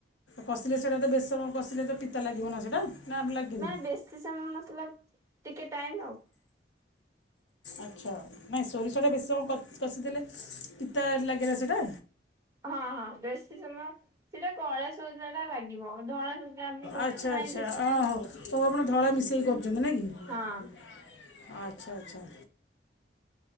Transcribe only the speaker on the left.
କସିଲେ ସେଇଟା ତ ବେଶି ସମୟ କ କସିଲେ ତ ପିତା ଲାଗିବ ନା ସେଇଟା। ନା ଲାଗେନି?
ଆଛା, ନାଇଁ ସୋରିଷଟା ବେଶୀ ସମୟ କସିଦେଲେ ପିତା ଲାଗେନା ସେଇଟା।
ଆଛା
ଆଛା,
ଅହୋ
ତ ଆପଣ ଧଳା ମିଶେଇକି କରୁ ଜଗାନା କି
ଆଛା ଆଛା।